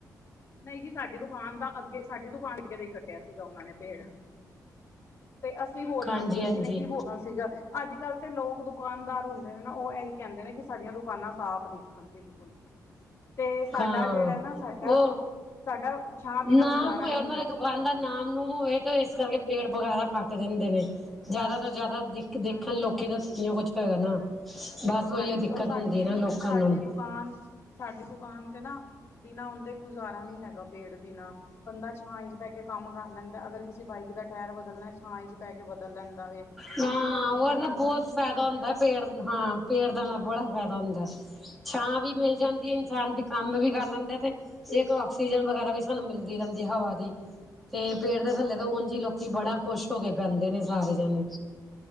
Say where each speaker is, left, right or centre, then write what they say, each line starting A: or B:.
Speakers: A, on the left; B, in the centre.
A: ਨਹੀਂ ਜੀ ਸਾਡੀ ਦੁਕਾਨ ਦਾ ਅੱਗੇ ਸਾਡੀ ਦੁਕਾਨ ਅੱਗੇ ਦਾ ਹੀ ਕੱਟਿਆ ਸੀਗਾ ਉਹਨਾਂ ਨੇ ਪੇੜ ਤੇ ਅਸੀਂ ਬੋਲਣਾ
B: ਹਾਂਜੀ
A: ਸੀ ਕਿਸੇ
B: ਹਾਂਜੀ
A: ਨੇ ਕੀ ਬੋਲਣਾ ਸੀਗਾ ਅੱਜ ਕੱਲ੍ਹ ਤੇ ਲੋਕ ਦੁਕਾਨਦਾਰ ਹੁੰਦੇ ਨੇ ਨਾ ਉਹ ਐਹੀ ਕਹਿੰਦੇ ਨੇ ਕਿ ਸਾਡੀਆਂ ਦੁਕਾਨਾਂ ਸਾਫ਼ ਦਿਖਣ ਬਿਲਕੁਲ ਤੇ ਸਾਡਾ
B: ਹਾਂ
A: ਜਿਹੜਾ ਨਾ ਸਾਡਾ
B: ਓ
A: ਸਾਡਾ ਛਾਂ ਬਿਨਾਂ
B: ਨਾਮ
A: ਗੁਜ਼ਾਰਾ
B: ਹੋਏ
A: ਨਹੀਂ
B: ਉਹਨਾਂ
A: ਹੁੰਦਾ
B: ਦੀ ਦੁਕਾਨ ਦਾ
A: ਤੇ
B: ਨਾਮ ਨੂਮ ਹੋਏ ਤੇ ਇਸ ਕਰਕੇ ਪੇੜ ਵਗੈਰਾ ਕੱਟ ਦਿੰਦੇ ਨੇ ਜਿਆਦਾ ਤੋਂ ਜਿਆਦਾ ਦੇਖ ਦੇਖਣ
A: ਹਾਂਜੀ
B: ਲੋਕ
A: ਹਾਂਜੀ
B: ਤਾਂ ਤਾਂਹੀ ਓ ਕੁਛ ਹੈਗਾ ਨਾ ਬਸ
A: ਹਾਂਜੀ
B: ਉਹੀ ਓ ਦਿੱਕਤ
A: ਔਰ ਸਾਡੀ
B: ਹੁੰਦੀ ਆ ਨਾ ਲੋਕਾਂ
A: ਸਾਡੀ
B: ਨੂੰ
A: ਦੁਕਾਨ ਸਾਡੀ ਦੁਕਾਨ ਤੇ ਨਾ ਬਿਨਾਂ ਉਦੇ ਗੁਜ਼ਾਰਾ ਨੀ ਹੈਗਾ ਪੇੜ ਬਿਨਾਂ ਬੰਦਾ ਛਾਂਏ ਚ ਬਹਿ ਕੇ ਕੰਮ ਕਰ ਲੈਂਦਾ ਅਗਰ ਕਿਸੇ ਬਾਈਕ ਦਾ ਟਾਇਰ ਬਦਲ ਣੇ ਛਾਂਏ ਚ ਬਹਿ ਕੇ ਬਦਲ ਲੈਂਦਾ ਵੇ
B: ਹਾਂ
A: ਹੁਣ ਇੰਨੀਆਂ ਵੱਡੀਆਂ
B: ਉਹ
A: ਦੁਕਾਨਾਂ
B: ਨਾ ਬਹੁਤ
A: ਵੀ ਨੀ
B: ਫਾਇਦਾ
A: ਹੈਗੀਆਂ
B: ਹੁੰਦਾ ਪੇੜ ਹਾਂ ਪੇੜ ਦਾ ਨਾ ਬੜਾ ਫਾਇਦਾ ਹੁੰਦਾ ਛਾਂ ਵੀ ਮਿਲ ਜਾਂਦੀ ਇਨਸਾਨ ਦੀ ਕੰਮ ਵੀ ਕਰ ਲੈਂਦਾ ਤੇ ਇੱਕ ਆਕਸੀਜਨ ਵਗੈਰਾ ਵੀ ਸਾਨੂੰ ਮਿਲਦੀ ਰਹਿੰਦੀ ਹਵਾ ਦੀ ਤੇ ਪੇੜ ਦੇ ਥੱਲੇ ਤੇ ਉਝ ਹੀ ਲੋਕੀ ਬੜਾ ਖੁਸ਼ ਹੋ ਕੇ ਬਹਿਦੇ ਨੇ ਸਾਰੇ ਜਣੇ